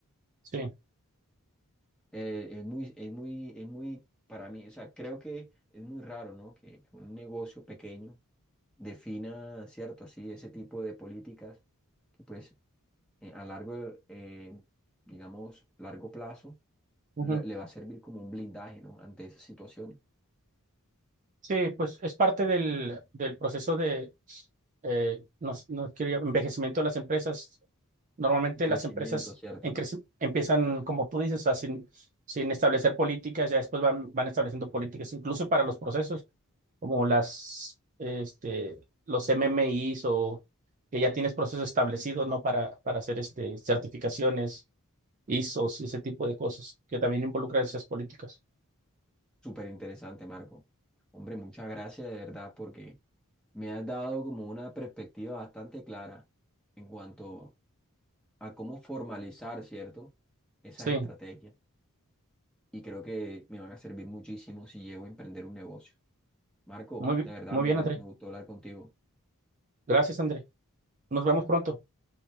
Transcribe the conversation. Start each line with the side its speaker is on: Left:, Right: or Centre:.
Right: sí.
Centre: Eh, es muy, es muy, es muy, para mí, o sea, creo que es muy raro, ¿no? Que un negocio pequeño defina, ¿cierto? Así, ese tipo de políticas que pues eh, a largo, eh, digamos, largo plazo
Right: ujú.
Centre: le, le va a servir como un blindaje, ¿no? Ante esas situaciones.
Right: Sí, pues es parte del, del proceso de eh, no, no quiero llam- envejecimiento de las empresas. Normalmente
Centre: El crecimiento,
Right: las empresas
Centre: ¿cierto?
Right: en crece- empiezan, como tú dices, o sea, sin, sin establecer políticas, ya después van, van estableciendo políticas, incluso para los procesos. como las, este, los MMIs o que ya tienes procesos establecidos, ¿no? Para, para hacer este, certificaciones, ISOs y ese tipo de cosas que también involucran esas políticas.
Centre: Súper interesante, Marco. Hombre, muchas gracias de verdad porque me has dado como una perspectiva bastante clara en cuanto a cómo formalizar, ¿cierto? Esas
Right: Sí,
Centre: estrategias. Y creo que me van a servir muchísimo si llego a emprender un negocio. Marco,
Right: muy, bi-
Centre: de verdad
Right: muy
Centre: me,
Right: bien,
Centre: gu-
Right: André.
Centre: me gustó hablar contigo.
Right: Gracias, André. Nos vemos pronto.